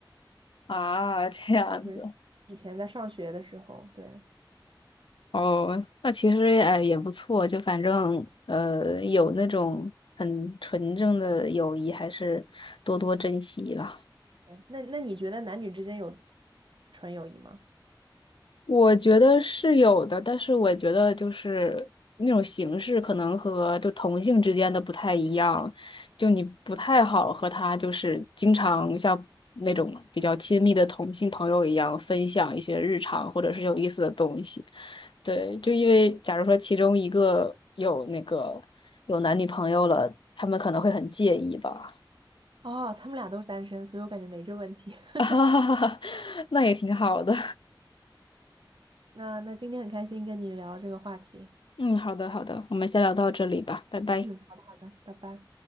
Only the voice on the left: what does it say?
啊，这样子。
哦，那其实呃也不错，就反正呃有那种很纯正的友谊，还是多多珍惜了。
我觉得是有的，但是我觉得就是那种形式可能和就同性之间的不太一样，就你不太好和他就是经常像那种比较亲密的同性朋友一样分享一些日常或者是有意思的东西。对，就因为假如说其中一个有那个有男女朋友了，他们可能会很介意吧。
<laughs> 啊那也挺好的。
嗯，好的，好的，我们先聊到这里吧，拜拜。